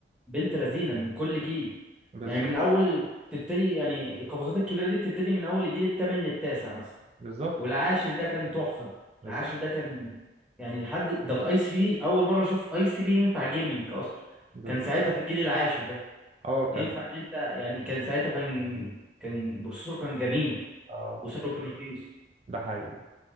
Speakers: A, in the centre; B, on the right.
A: بنت لذينة من كل جيل
B: بالظبط
A: يعني من الاول بتبتدي يعني القفزات الكبيرة دي بتبتدي من اول الجيل الثامن للتاسع مثلا
B: بالظبط
A: والعاشر ده كان تحفه
B: بالظبط
A: العاشر ده كان يعني لحد ده الاي 3 اول مره اشوف اي 3 ينفع جيمنج اصلا
B: بالظبط
A: كان ساعتها في الجيل العاشر ده
B: اه كان
A: ينفع ان انت يعني كان ساعتها كان كان بروسيسور كان جميل
B: اه
A: وسعره كان رخيص
B: ده حقيقي